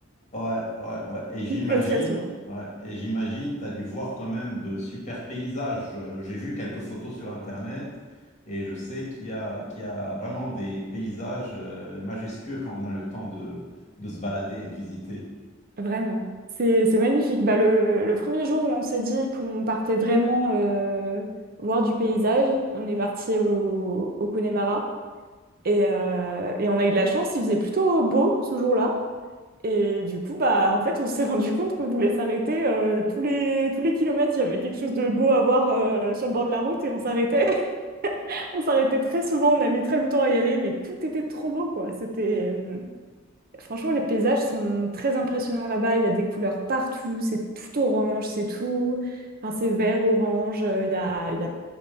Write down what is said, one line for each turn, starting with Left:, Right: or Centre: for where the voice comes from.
Left: Ouais, ouais, ouais. Et j'imagine,
Right: pleut très souvent.
Left: ouais, et j'imagine, tu as dû voir quand même de super paysages. Euh, J'ai vu quelques photos sur Internet et je sais qu'il y a, qu'il y a vraiment des paysages euh, majestueux quand on a le temps de, de se balader et de visiter.
Right: Vraiment, c'est c'est magnifique. Bah, le, le premier jour où on s'est dit qu'on partait vraiment euh, voir du paysage, on est parti au, au Connemara et, euh, et on a eu de la chance, il faisait plutôt beau ce jour-là. Et du coup, bah, en fait, on s'est <laughs> rendu compte qu'on voulait s'arrêter euh, tous les, tous les kilomètres. Il y avait quelque chose de beau à voir euh, sur le bord de la route et on s'arrêtait. <laughs> On s'arrêtait très souvent. On a mis très longtemps à y aller, mais tout était trop beau, quoi. C'était, euh, Franchement, les paysages sont très impressionnants là-bas. Il y a des couleurs partout. C'est tout orange, c'est tout. Enfin, c'est vert, orange. euh, Il y a, il y a-